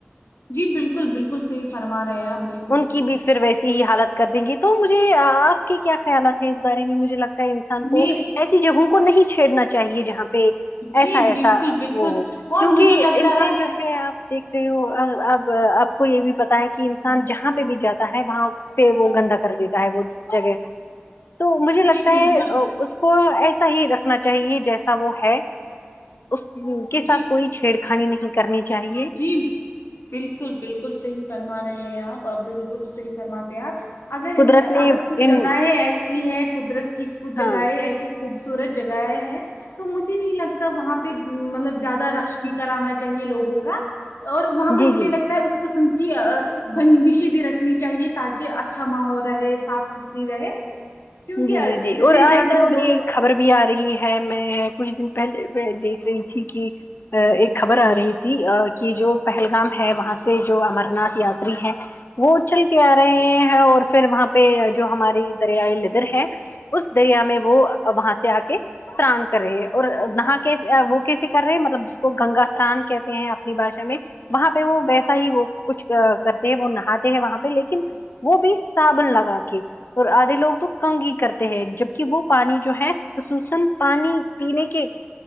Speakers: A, on the left (about 85°); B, on the left (about 60°).
A: جی بالکل بالکل صحیح فرما رہے آپ بل
B: ان کی بھی پھر ویسی ہی حالت کر دیں گی تو مجھے آپ کے کیا خیالات ہے اس بارے میں مجھے لگتا ہے انسان کو
A: میں
B: ایسی جگہوں کو نہیں چھیڑنا چاہئے جہاں پہ
A: جی
B: ایسا ایسا
A: بالکل بالکل
B: وہ ہو
A: اور
B: کیونکہ
A: مجھے لگتا
B: انسان جو ہے آپ دیکھ رہے ہو ہو اب آپ کو یہ بھی پتا ہے کہ جہاں پہ بھی جاتا ہے وہاں پہ وہ گندا کر دیتا ہے وہ جگہ تو مجھے لگتا
A: جی بالکل
B: ہے اس کو ایسا ہی رکھنا چاہیے جیسا وہ ہے اس کے ساتھ
A: جی
B: کوئی چھیڑ کھانی نہیں کرنی چاہیے
A: جی بالکل بالکل صحیح فرما رہے ہیں آپ بالکل صحیح فرماتے ہیں آپ اگر
B: قدرت نے
A: اگر کچھ
B: ان
A: جگہیں ایسی ہے قدرت کی کچھ جگہیں
B: ہاں
A: ایسی خوبصورت جگہیں ہیں تو مجھے نہیں لگتا وہاں پہ مطلب زیادہ رش بھی کرانا چاہیے لوگوں کو کا اور وہاں پہ
B: جی
A: مجھے
B: جی
A: لگتا
B: جی
A: ہے سم کی بندشی بھی رکھنی چاہیے تاکہ اچھا ماحول رہے صاف ست اتری رہے کیونکہ
B: جی جی جی
A: جتنے
B: اور اے
A: زیادہ
B: دن
A: لوگ
B: یہ خبر بھی آ رہی ہے میں کچھ دن پہلے دیکھ رہی تھی کہ ایک خبر آ رہی تھی کہ جو پہلگام ہے وہاں سے جو امر ناتھ یاتری ہے وہ اچھل کے آ رہے ہیں اور پھر وہاں پہ جو ہماری دریائے ل ہے اس دریا میں وہ وہاں سے آ کے سنان کر رہے ہے اور نہا کے وہ کیسے کر رہے ہیں مطلب جس کو گنگا سے اسنان کہتے ہیں اپنی بھاشا میں وہاں پہ وہ ویسا ہی وہ کچھ کرتے ہیں وہ نہاتے ہیں وہاں پہ لیکن وہ بھی صابن لگا کے اور آدھے لوگ تو کنگی کرتے ہیں جب کہ وہ پانی جو ہے خصوصا پانی پینے کے